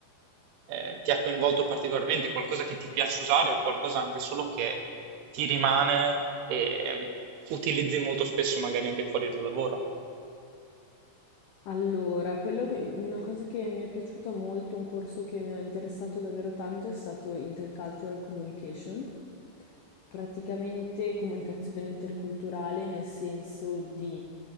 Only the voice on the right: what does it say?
eh, ti ha coinvolto particolarmente, qualcosa che ti piace usare o qualcosa anche solo che ti rimane e mm, utilizzi molto spesso magari anche fuori dal lavoro?